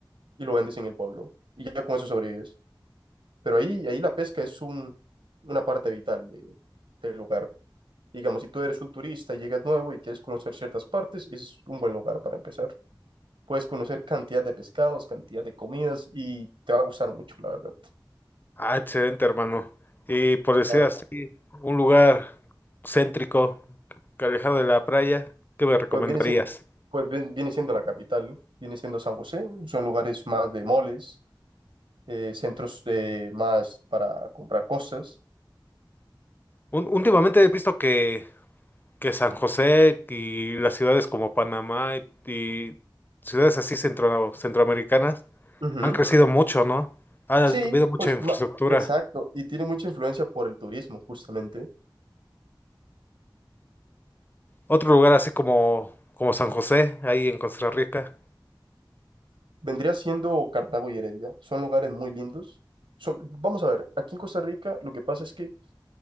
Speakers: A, on the right; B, on the left.
A: y lo vendes en el pueblo y ya con eso sobrevives. Pero ahí, ahí la pesca es un, una parte vital de, del lugar. Digamos, si tú eres un turista y llegas nuevo y quieres conocer ciertas partes, es un buen lugar para empezar. Puedes conocer cantidad de pescados, cantidad de comidas y te va a gustar mucho, la verdad.
B: Ah, excelente, hermano. Y por decir
A: Claro,
B: así, un lugar céntrico, que alejado de la playa, ¿qué me recomendarías?
A: pues viene siendo, pues vi- viene siendo la capital, ¿no? viene siendo San José, son lugares más de moles, eh, centros de más para comprar cosas.
B: Un- últimamente he visto que que San José y las ciudades como Panamá y, y ciudades así centro, centroamericanas
A: Ujú.
B: han crecido mucho, ¿no? Ha
A: Sí,
B: habido mucha
A: pues
B: infraestructura.
A: ma- exacto, y tiene mucha influencia por el turismo, justamente.
B: Otro lugar así como, como San José, ahí en Costa Rica.
A: Vendría siendo Cartago y Heredia, son lugares muy lindos. Son, vamos a ver, aquí en Costa Rica lo que pasa es que